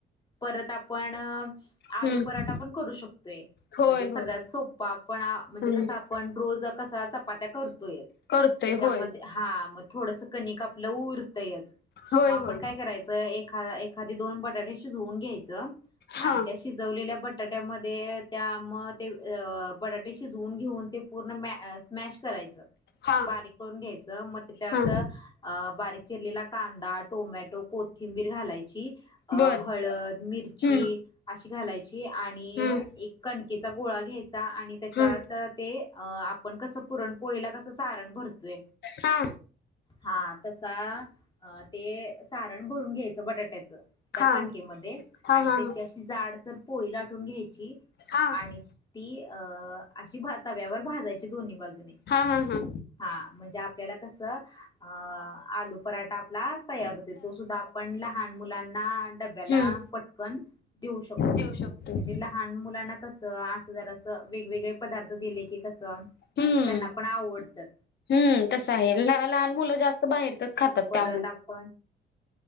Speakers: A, on the left; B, on the left.
A: परत आपण आलू
B: हम्म
A: पराठा पण करू शकतोय,
B: होय
A: म्हणजे सगळ्यात
B: होय
A: सोपा पण म्हणजे
B: हम्म
A: कसं पण रोज कसा चपात्या करतोयच
B: करतोय
A: त्याच्यामध्ये
B: होय
A: हा मग थोडसं कणिक आपलं उरतंयच
B: होय
A: मग आपण
B: होय
A: काय करायचं एखादा एक एखादी दोन बटाटे शिजवून घ्यायच आणि
B: हा
A: त्याशी शिजवलेल्या बटाट्यामध्ये त्या म ते अ बटाटे शिजवून घेऊन ते पूर्ण मॅ स्मॅश करायचं
B: हा
A: बारीक करून घ्यायचं मग तेच्यात
B: हा
A: अ बारीक चिरलेला कांदा, टोमॅटो, कोथिंबीर घालायची अ
B: बर
A: हळद, मिरची
B: हम्म
A: अशी घालायची आणि
B: हम्म
A: एक कणकेचा गोळा घ्यायचा आणि त्याच्यात
B: हम्म
A: ते आपण कसं पुरण पोळीला कस सारण भरतोय
B: हा
A: हा तसा अ ते सारण भरून घ्यायचं बटाट्याचं. त्या
B: हा
A: कणकेमध्ये
B: हा
A: आणि
B: हा
A: त्याची
B: हा
A: अशी जाड सर पोळी लाटून घ्यायची.
B: हा हा
A: आणि ती अं अशी भा तव्यावर भाजायची दोन्ही बाजूने
B: हा हा हा
A: हा म्हणजे आपल्याला कस अं आलू पराठा आपला तयार हुतय तो सुद्धा आपण लहान मुलांना डब्या ब्याला
B: हम्म
A: पटकन देऊ शकतोय
B: देऊ शकतो
A: म्हणजे ला लहान मुलांना कसं आसं जरा असं वेगवेगळे पदार्थ दि की कस त्यांना
B: हम्म
A: पण आवडत्यात.
B: हम्म तसं आहे ल लहान मुलं जास्त बाहेरचच खातात
A: परत
B: त्यामुळं.
A: आपण